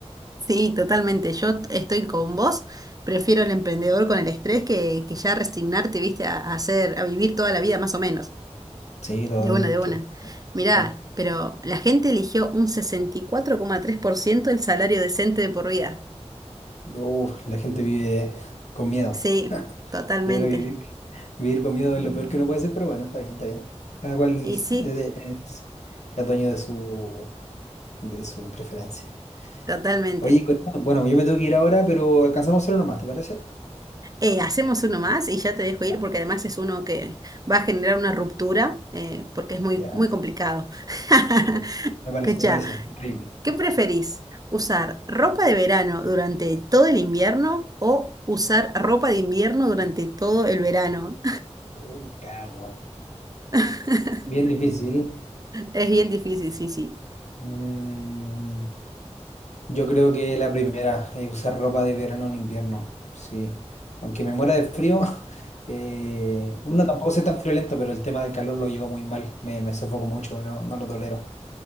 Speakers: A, on the right (about 30°); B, on the left (about 75°).
A: sí, totalmente. Yo t- estoy con vos. Prefiero el emprendedor con el estrés que, que ya resignarte, viste, a, a hacer, a vivir toda la vida más o menos.
B: Sí, totalmente.
A: De una, de una.
B: ¿En
A: Mirá,
B: cuanto?
A: pero la gente eligió un sesenta y cuatro coma tres por ciento el salario decente de por vida.
B: Uf, la gente vive con miedo.
A: Sí, totalmente.
B: Yo creo que vivir, vivir con miedo es lo peor que uno puede hacer, pero bueno, está bien, está bien. Cada cual es,
A: Y sí,
B: es- es dueño de su, de su preferencia.
A: totalmente.
B: Oye, Corina, bueno, yo me tengo que ir ahora, pero alcanzamos solo nomás, ¿te parece?
A: Eh, hacemos uno más y ya te dejo ir
B: Ya,
A: porque además es uno que va a generar una ruptura eh, porque es muy,
B: ya,
A: muy complicado. <laughs>
B: perfecto. Me parece,
A: Escucha,
B: me parece. Increíble.
A: ¿qué preferís? ¿Usar ropa de verano durante todo el invierno o usar ropa de invierno durante todo el verano?
B: Uh, me cago.
A: <laughs>
B: Bien difícil.
A: Es bien difícil, sí, sí.
B: Mm, Yo creo que la primera, eh, usar ropa de verano en invierno, sí. Aunque me muera de frío, <laughs> eh, bueno, tampoco soy tan friolento, pero el tema del calor lo llevo muy mal, me, me sofoco mucho y no, no lo tolero.